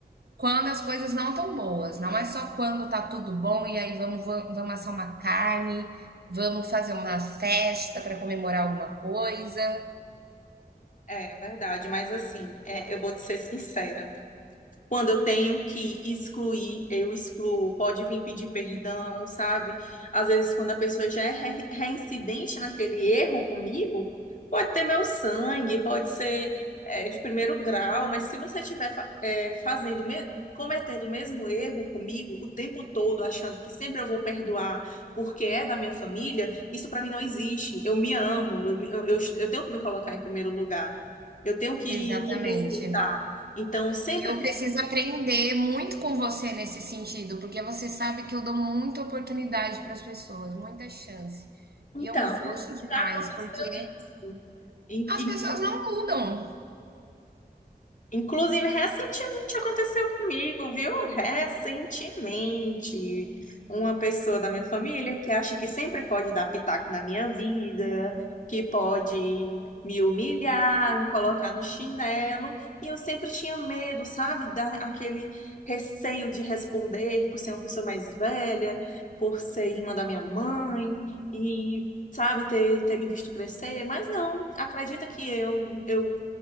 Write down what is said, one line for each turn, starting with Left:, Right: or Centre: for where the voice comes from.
Right: quando as coisas não estão boas, não é só quando tá tudo bom e aí vamos, vamos vamos assar uma carne, vamos fazer uma festa para comemorar alguma coisa.
Left: É verdade, mas assim, é, eu vou te ser sincera. Quando eu tenho que excluir, eu excluo. Pode vir pedir perdão, sabe? Às vezes, quando a pessoa já é re- reincidente naquele erro comigo, pode ter meu sangue, pode ser, é, de primeiro grau, mas se você estiver, fa- é, fazendo, me- cometendo o mesmo erro comigo o tempo todo, achando que sempre eu vou perdoar porque é da minha família, isso para mim não existe. Eu me amo, eu, me- eu eu- eu tenho que me colocar em primeiro lugar, eu tenho que
Right: Exatamente.
Left: me respeitar. Então, sempre
Right: eu preciso aprender muito com você nesse sentido, porque você sabe que eu dou muita oportunidade para as pessoas, muita chance.
Left: Então,
Right: E eu me frustro demais,
Left: já aconteceu
Right: porque
Left: isso. In-
Right: as
Left: in-
Right: pessoas não mudam.
Left: Inclusive, recentemente aconteceu comigo, viu? Recentemente. Uma pessoa da minha família que acha que sempre pode dar pitaco na minha vida, que pode me humilhar, me colocar no chinelo. E eu sempre tinha medo, sabe? Da, aquele receio de responder por ser uma pessoa mais velha, por ser irmã da minha mãe. E sabe, ter, ter me visto crescer, mas não, acredita que eu, eu